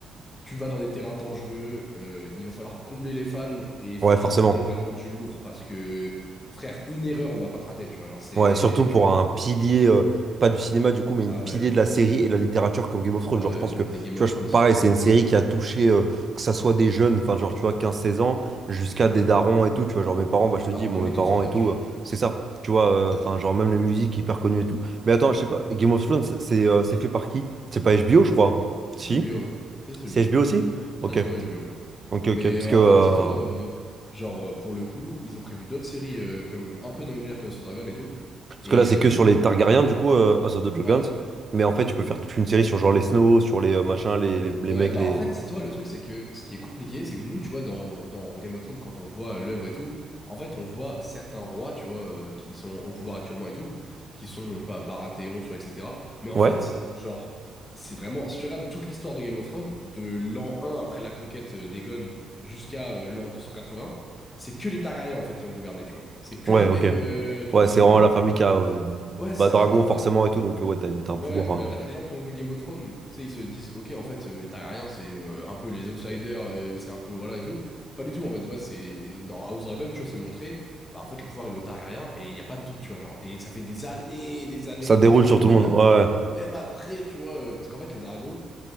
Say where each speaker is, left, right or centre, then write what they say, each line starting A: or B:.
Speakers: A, on the left; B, on the right.
A: Tu vas dans des terrains dangereux, euh, il va falloir combler les fans et il faut
B: ouais,
A: leur
B: forcément.
A: apporter vraiment du lourd parce que, frère, une erreur, on va pas te rater, tu vois. Genre, c'est.
B: Ouais, surtout pour un pilier, euh, pas du cinéma du coup, mais
A: Ah
B: une pilier
A: ouais,
B: de la série et de la littérature comme Game of Thrones.
A: ah
B: Genre,
A: ouais,
B: je pense que, tu
A: mais Game of
B: vois,
A: Thrones,
B: je-
A: c'est.
B: pareil, c'est une série qui a touché, euh, que ça soit des jeunes, enfin, genre, tu vois, quinze seize ans, jusqu'à des darons et tout, tu vois. Genre, mes parents, bah, je te
A: Bah,
B: dis,
A: on
B: bon,
A: connaît
B: mes parents
A: tous en fait,
B: et tout,
A: tu vois.
B: euh, c'est ça, tu vois, euh, enfin,
A: Ouais.
B: genre, même les musiques hyper connues et tout. Mais attends, je sais pas, Game of Thrones, c'est euh, c'est fait par qui? C'est pas HBO, je crois.
A: Si,
B: Si?
A: c'est le bio, ouais. Si, c'est
B: C'est
A: le bio.
B: HBO aussi?
A: C'est
B: Ok,
A: à chaque fois le bio, ouais.
B: ok, ok.
A: Mais
B: Parce
A: euh,
B: que,
A: en
B: euh,
A: fait, dis-toi, euh, genre, euh, pour le coup, ils ont prévu d'autres séries euh, comme un peu dans le même délire comme sous Dragon et tout.
B: Parce
A: Et.
B: que là, c'est
A: euh,
B: que sur les Targaryens,
A: Solo Leveling,
B: du coup,
A: hein.
B: euh, House of the Dragons.
A: Ouais.
B: Mais en fait, tu peux faire toute une série sur genre les Snow, sur les euh, machins, les, les, les
A: Ouais,
B: mecs,
A: bah
B: les.
A: en fait, dis-toi, le truc, c'est que ce qui est compliqué, c'est que nous, tu vois, dans, dans Game of Thrones, quand on voit euh, l'œuvre et tout, en fait, on voit certains rois, tu vois, euh, qui sont au pouvoir actuellement et tout, qui sont, je sais pas, Baratheon, tu vois, etc. Mais en
B: Ouais,
A: fait, genre, c'est vraiment, si tu regardes toute l'histoire de Game of Thrones, de l'an 1 après la conquête euh, d'Aegon jusqu'à euh, l'an 280, c'est que les Targaryens, en fait, qui ont gouverné, tu vois. C'est que
B: ouais,
A: les mêmes
B: ok.
A: euh, trucs,
B: Ouais,
A: et
B: c'est
A: du
B: vraiment
A: coup,
B: la famille qui a. euh,
A: ouais,
B: bah,
A: c'est ça,
B: Dragon,
A: tu vois.
B: forcément,
A: En fait,
B: et tout. Donc, euh, ouais, t'as une- t'as un pouvoir.
A: Ouais, bah
B: euh,
A: en fait, les gens qui ont vu Game of Thrones, tu sais, ils se disent, ok, en fait, euh, les Targaryens, c'est euh, un peu les outsiders, euh, c'est un peu, voilà, et tout. Pas du tout, en fait, de base, c'est dans House Dragon, tu vois, c'est montré, bah en fait, le pouvoir, il est aux Targaryens, et il n'y a pas de doute, tu vois, genre, et ça fait des années, des années,
B: Ça
A: des
B: déroule
A: années,
B: sur
A: et même,
B: tout le monde. Ouais, ouais.
A: même après, tu vois, euh, parce qu'en fait, les dragons,